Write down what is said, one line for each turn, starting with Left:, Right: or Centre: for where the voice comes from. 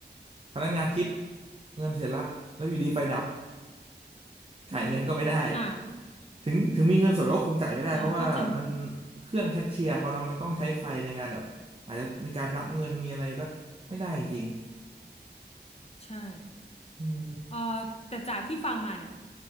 Right: พนักงานคิดเงินเสร็จละแล้วอยู่ดีไฟดับจ่ายเงินก็ไม่ได้
Left: อ่า
Right: ถึงถึงมีเงินสดก็คงจ่ายไม่ได้เพราะว่ามัน
Left: อ่าก็จริง
Right: เครื่องแคชเชียร์เขาเนาะมันต้องใช้ไฟในการแบบอาจจะมีการนับเงินมีอะไรก็ไม่ได้จริง
Left: ใช่
Right: ๆอืม
Left: เออแต่จากที่ฟังมาเนี่ย